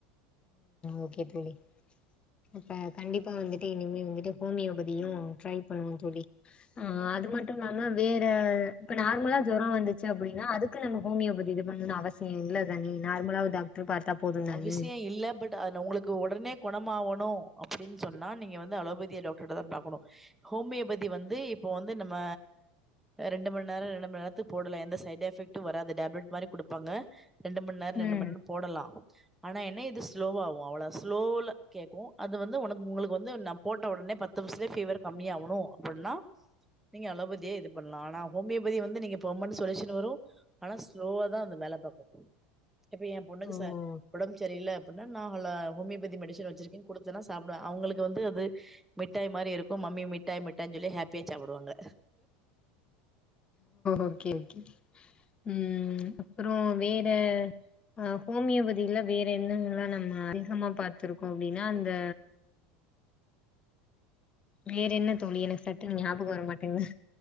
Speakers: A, on the left; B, in the centre.
A: ஓகே தோழி இப்ப கண்டிப்பா வந்துட்டு இனிமே வந்துட்டு ஹோமியோபதியு ட்ரை பண்ணுவோ தோழி ஆ அது மட்டு இல்லாம வேற இப்ப நார்மலா ஜுரோ வந்துச்சு அப்டின்னா அதுக்கு நம்ம ஹோமோபதி இது பண்ணுன்னு அவசிய இல்ல தானே நார்மலா ஒரு டாக் ட்ரு பாத்தா போதுந்தானே
B: அவசியம் <unintelligible> அது நா உங்களுக்கு ஒடனே கோண ஆவணும் அப்டின் சொன்னா நீங்க வந்து அலோபதிய டாக்டர்ட்ட தா பாக்கணு ஹோமியோபதி வந்து இப்ப வந்து நம்ம ரெண்டு மண் நேரோ ரெண்டு மண் நேர்த்துக்கு போட்டல எந்த சைடு எபெக்ட்டு வராது டேலட் மாரி குடுப்பாங்க ரெண்டு மண் நேரோ ரெண்டு
A: ம்
B: மண் நேரோ போடலா ஆனா என்ன இது ஸ்லோவ ஆவு அவ்ளோ ஸ்லோல கேட்கு அது வந்து உனக் உங்களுக்கு வந்து நா போட்ட உடனே பத்து நிம்ஷ்த்துயே ஃபீவர் கம்மியாகணு அப்டின்னா நீங்க அலோபதியே இது பண்ணலா ஆனா ஹோமியபதி வந்து நீங்க பெர்மென் சொல்யூஷன் வரு ஆனா சலோவ தா அந்த மேல பக்கு இப்ப என் பொண்ணுக்கு
A: ஓ
B: ச ஒடம்புரியல அப்டின்னா நா ஹோமியோபதி மெடிசன் வச்சிருக்கே குடுத்தன்னா சாப்டுவ அவுங்களுக்கு வந்து அது மிட்டாய் மாரி இருக்கு மம்மி மிட்டாய் மிட்டாயனு சொல்லி ஹாப்பியா சாப்பிடுவாங்க
A: ஓகே ஓகே ம் அப்றோ வேற அ ஹோமியோபதியில வேற என்னன்னல்லா நம்ம அதிகமா பாத்திருக்கோ அப்டின்னா அந்த வேற என்ன தோழி எனக்கு சட்டுனு ஞாபகோ வரமாட்டேங்கது